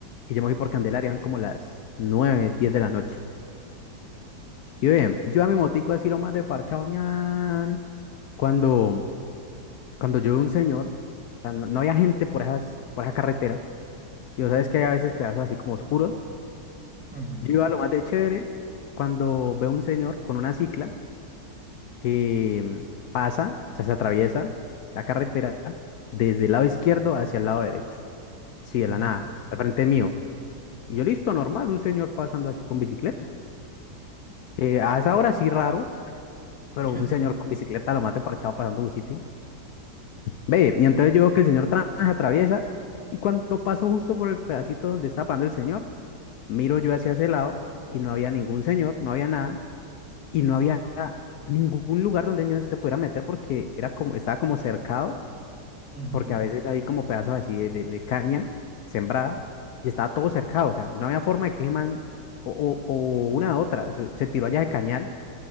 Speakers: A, on the left (about 70°); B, in the centre.
A: Y yo me fui por Candelaria, eran como las 9, 10 de la noche. Y bien, yo a mi motico así lo más de parchado, ñan, cuando, cuando yo veo un señor, o sea, no, no había gente por esas, por esa carretera, y vos sabes que hay a veces pedazos así como oscuros.
B: Ujú,
A: Yo iba lo más de chévere cuando veo un señor con una cicla que mm, pasa, o sea, se atraviesa la carretera desde el lado izquierdo hacia el lado derecho, así de
B: ujú,
A: la nada, al frente mío. Y yo listo, normal, un señor pasando así con bicicleta. Eh, a esa hora sí raro, pero
B: <laughs>
A: un señor con bicicleta lo mate parchado pasando bicicleta. Ve, y entonces yo veo que el señor trans <laughs> atraviesa y cuando paso justo por el pedacito donde está pasando el señor, miro yo hacia ese lado y no había ningún señor, no había nada y no había ningún lugar donde yo se pudiera meter porque era como, estaba como cercado
B: ujú,
A: porque a veces hay como pedazos así de, de- de caña sembrada y estaba todo cercado, o sea, no había forma de que ese man, o, o, o una a otra, se, se tiró allá de cañal